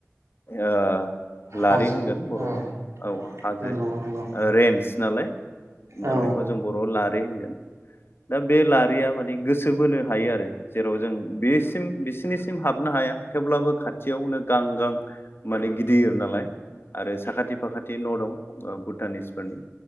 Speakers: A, on the left; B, on the right.
A: ओ
B: हाजो
A: लारि होनगोन बर'आव
B: ओं
A: औ हाजो
B: नंगौ नंगौ
A: रेन्स नालाय
B: औ
A: दा बेखौ जों बर'आव लारि होनगोन दा बे लारिया माने गोसो बोनो हायो आरो जेराव जों बेसिम बिसिनि सिम हाबनो हाया थेवब्लाबो खाथियावनो गां गां माने गिदिर नालाय आरो साखाथि फाखाथि न' दं भुटानिसफोरनि